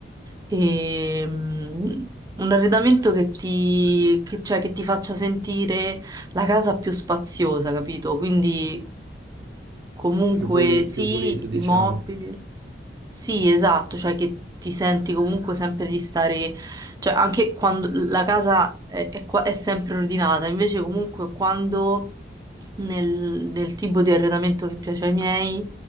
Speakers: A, on the right; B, on the right.
A: E, un arredamento che ti, che, cioè, che ti faccia sentire la casa più spaziosa, capito? Quindi comunque
B: Più puli-
A: sì,
B: più pulito diciamo.
A: i mobili. Sì, esatto, cioè che ti senti comunque sempre di stare, cioè anche quando la casa è, è qua- è sempre ordinata, invece comunque quando nel, nel tipo di arredamento che piace ai miei,